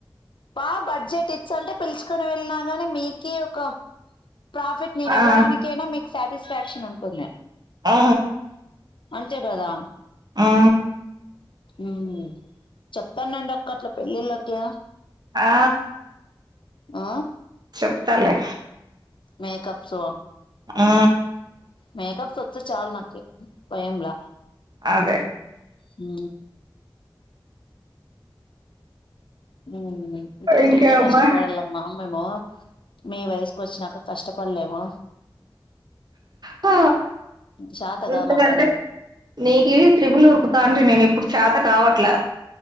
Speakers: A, on the left; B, on the right.
A: బా బడ్జెట్ ఇచ్చంటే పిలుచుకొని వెళ్ళినా గాని మీకే ఒక ప్రాఫిట్ నేను
B: ఆ
A: ఇవ్వడానికైనా మీ సాటిస్ఫాక్షన్ ఉంటుంది.
B: ఆ
A: అంతే కదా.
B: ఆ
A: మ్మ్మ్మ్ చెప్తానండి. అక్క అట్ల పెళ్లిళ్ళకి క్య
B: ఆ
A: ఆ
B: చెప్తాలే.
A: మేకప్స్
B: ఆ
A: మేకప్స్. వచ్చు చాలు నాకు స్వయంలా
B: అదే
A: హు ఉమ్ ఇప్పటి
B: ఇంకేమ్మా
A: నుంచె కష్టపడాలమ్మా మేము మీ వయసుకు వచ్చినాక కష్టపడలేము
B: హ
A: శాతగా
B: ఎంతకంటే
A: మా పని
B: నీకు త్రిపులు ఉరుకుతా అంటడి నేను ఇప్పుడు చేత కావట్ ట్లా